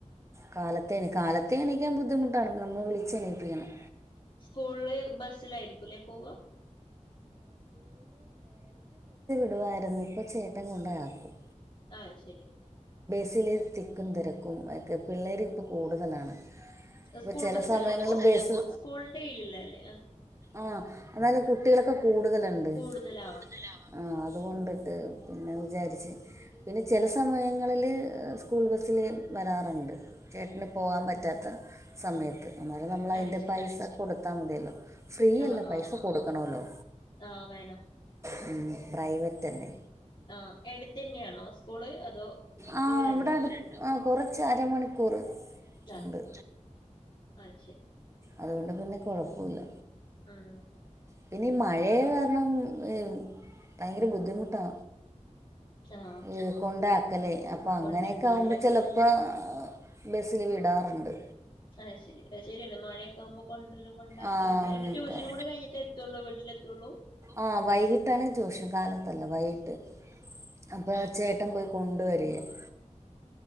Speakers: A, on the right; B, on the left.
A: കാലത്തെ എണീ കാലത്തെ എണീക്കാൻ ബുദ്ധിമുട്ടാണ്, നമ്മള് വിളിച്ച് എണീപ്പിക്കണം.
B: സ്കൂളില് ബസ്സിലായിരിക്കും ല്ലേ പോവാ
A: <unintelligible> ഇപ്പോ ചേട്ടൻ കൊണ്ടയാക്കും
B: ആഹ് ശെരി.
A: ബസ്സില് തിക്കും തിരക്കും ഒക്കെ, പിള്ളേര് ഇപ്പോ കൂടുതലാണ്. ഇപ്പോൾ
B: സ്കൂൾ
A: ചില
B: ബസ്സല്ലേ
A: സമയങ്ങളിൽ
B: അപ്പൊ?
A: ബസ്
B: സ്കൂളിന്റെ കീഴിലല്ലേ--ആഹ്
A: ആഹ്, എന്നാലും കുട്ടികളൊക്കെ കൂടുതലുണ്ട്.
B: കൂടുതലാ
A: കൂടുതലാവും അതുകൊണ്ട്ട്ട് പിന്നെ വിചാരിച്ച് പിന്നെ ചെല സമയങ്ങള്ല് ഏഹ് സ്കൂൾ ബസ്സില് വരാറുണ്ട്. ചേട്ടന് പോവാൻ പറ്റാത്ത സമയത്ത്, എന്നാലും നമ്മളതിന്റെ
B: ആഹ് ശരി
A: പൈസ കൊടുത്താ മതിയല്ലോ ഫ്രീയല്ല,
B: ആഹ്
A: പൈസ
B: ആഹ്
A: കൊടുക്ക്‌ണൊള്ളു,
B: ആഹ് വേണം
A: ഹ്മ്മ് പ്രൈവറ്റല്ലേ
B: ആഹ്, എട്ത്തന്നെയാണോ സ്കൂള് അതോ
A: ആഹ്
B: ദൂരണ്ടോ?
A: ഇവിടെ അടു ആഹ് കുറച്ച് അരമണിക്കൂറ്,
B: ആഹ്
A: ഉണ്ട്.
B: ആഹ് ശെരി.
A: അതുകൊണ്ട് പിന്നെ കൊഴപ്പുല്ല.
B: ആഹ്
A: പിന്നെ മഴെയന്ന് പറഞ്ഞാ ഏഹ്, ഭയങ്കര ബുദ്ധിമുട്ടാ
B: ആഹ്
A: ഹ്മ്മ് കൊണ്ടാക്കലേ അപ്പ അങ്ങനെയൊക്കെ
B: കൊണ്ട് വിടലില്ലേ
A: ആകുമ്പോ ചെലപ്പോ ഏഹ്, ബസ്സില് വിടാറ്ണ്ട്.
B: ആഹഹ് ശെരി, അത് ശെരിയന്നെ മഴയൊക്കെ ആകുമ്പോ കൊണ്ടര്ലും കൊണ്ടാക്കലൊക്കെ,
A: ആഹ്
B: എനി ട്യൂഷനും കൂടി കഴിഞ്ഞിട്ടെ എത്തൊള്ളു വീട്ടില് ത്തൊള്ളു.
A: ആഹ് വൈകിട്ടാണ് ട്യൂഷൻ, കാലത്ത് കാലതല്ല വൈകിട്ട്, അപ്പൊ ആഹ് ചേട്ടൻ പോയി കൊണ്ട് വര്യാണ്.